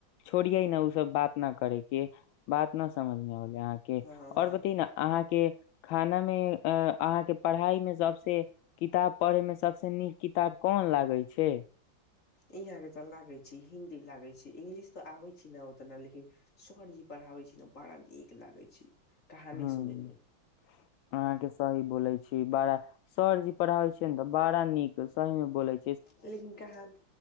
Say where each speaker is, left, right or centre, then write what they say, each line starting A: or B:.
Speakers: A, on the left; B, on the left.
A: छोड़ियै ने ओ सब बात न करेके बात न समझमे होले अहाँके
B: हँ हँ
A: आओर बतै न अहाँके खानामे अहाँके पढ़ाइमे सभसँ किताब पढ़यमे सभसँ नीक किताब कोन लागै छै
B: यहा के तो लागे छै हिंन्दी लागे छै इंगलिश तो आबे छै ने उतना लेकिन सरजी पढ़ाबै छै त बड़ा नीक लागै छै कहानी
A: हूँ
B: सुनै मे
A: अहाँके सही बोलै छी बड़ा सरजी पढ़ाबै छियै ने तऽ बड़ा नीक सहीमे बोलय
B: लेकिन कहान